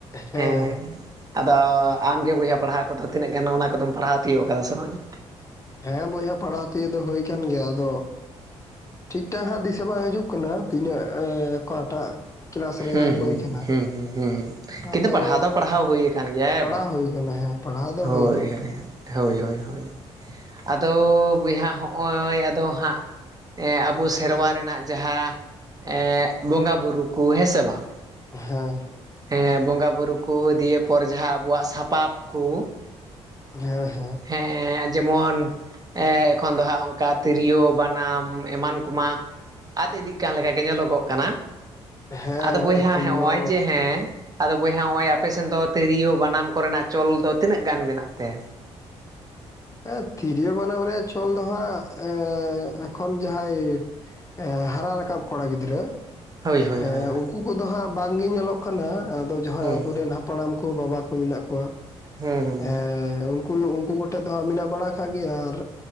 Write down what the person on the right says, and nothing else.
ᱦᱮᱸᱼᱼ ᱟᱫᱚ ᱟᱢᱜᱮ ᱵᱚᱭᱦᱟ ᱯᱟᱲᱦᱟᱣ ᱠᱚᱫᱚ ᱛᱤᱱᱟᱹᱜ ᱜᱟᱱᱚᱜᱼᱟ ᱚᱱᱟ ᱠᱚᱫᱚᱢ ᱯᱟᱲᱦᱟᱣ ᱛᱤᱭᱳᱜ ᱠᱟᱫᱟ ᱥᱮ ᱵᱟᱝᱟ
ᱦᱩᱸ
ᱦᱩᱸ
ᱦᱩᱸ ᱦᱩᱸ ᱦᱩᱸ
ᱠᱤᱱᱛᱩ ᱯᱟᱲᱦᱟᱣ ᱫᱚ ᱯᱟᱲᱦᱟᱣ ᱦᱩᱭ ᱟᱠᱟᱱ ᱜᱮᱭᱟ
ᱦᱮᱸ ᱵᱟᱝ?
ᱦᱳᱭ
ᱦᱳᱭ ᱦᱳᱭ ᱦᱳᱭ ᱦᱳᱭ ᱟᱫᱚ ᱵᱚᱭᱦᱟ ᱦᱚᱜᱼᱚᱭ ᱟᱫᱚ ᱦᱟᱸᱜ ᱮᱸ ᱟᱵᱚ ᱥᱮᱨᱣᱟ ᱨᱮᱱᱟᱜ ᱡᱟᱦᱟᱸ ᱮᱸ ᱵᱚᱸᱜᱟ ᱵᱩᱨᱩ ᱠᱚ ᱦᱮᱸ ᱥᱮ ᱵᱟᱝ
ᱮᱸ ᱵᱚᱸᱜᱟ ᱵᱩᱨᱩ ᱠᱚ ᱫᱤᱭᱮ ᱯᱚᱨ ᱡᱟᱦᱟᱸ ᱟᱵᱚᱣᱟᱜ ᱥᱟᱯᱟᱵ ᱠᱚᱼᱼ
ᱦᱮᱸᱻ ᱡᱮᱢᱚᱱᱼᱼ ᱮᱠᱷᱚᱱ ᱫᱚ ᱦᱟᱸᱜ ᱚᱱᱠᱟ ᱛᱤᱨᱭᱳ ᱵᱟᱱᱟᱢ ᱮᱢᱟᱱ ᱠᱚᱢᱟ ᱟᱫ ᱤᱫᱤᱜ ᱠᱟᱱ ᱞᱮᱠᱟ ᱜᱮ ᱧᱮᱞᱚᱜᱚᱜ ᱠᱟᱱᱟ
ᱟᱫᱚ ᱵᱚᱭᱦᱟ
ᱱᱚᱜᱼᱚᱭ
ᱡᱮ ᱦᱮᱸ ᱟᱫᱚ ᱵᱚᱭᱦᱟ ᱱᱚᱜᱼᱚᱭ ᱟᱯᱮ ᱥᱮᱱ ᱫᱚ ᱛᱤᱨᱭᱳ ᱵᱟᱱᱟᱢ ᱠᱚ ᱨᱮᱱᱟᱜ ᱪᱚᱞ ᱫᱚ ᱛᱤᱱᱟᱹᱜ ᱜᱟᱱ ᱢᱮᱱᱟᱜ ᱛᱮᱼᱼ
ᱦᱳᱭ ᱦᱳᱭ
ᱦᱳᱭ ᱦᱳᱭ
ᱦᱩᱸ
ᱦᱩᱸ ᱦᱩᱸ